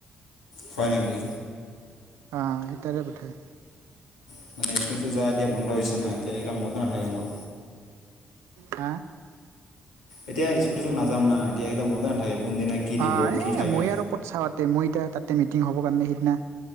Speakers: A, on the left; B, on the right.
A: হয় নেকি?
B: আহ এটাৰে পিঠে
A: <unintelligible> যা এতিয়া বন্ধ হৈছে নাই ইতিয়া আহিলা ম না থাকে মোৰ।
B: হ।
A: এতিয়া স্কুটি লৈ নাযাওঁ না এতিয়া এইবিলাক মজা নাথাকে। কোনদিনা কি দিব
B: অ
A: কি
B: এ
A: থাকে
B: মই আৰু ক'ত চাৱাতে, মই এতিয়া তাতে মি টিং হ'বৰ কাৰণে সিদিনা